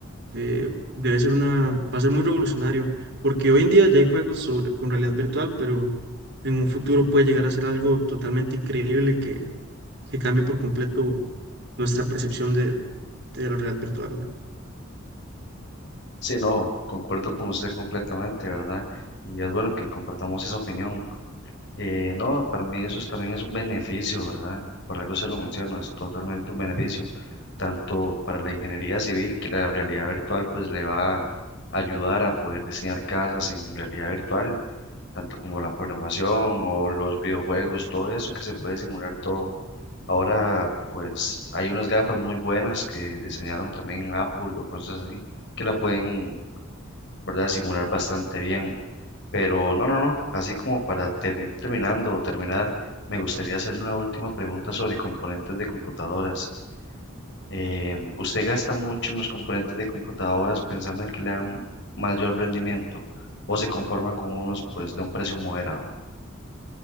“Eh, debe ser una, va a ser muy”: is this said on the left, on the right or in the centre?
Right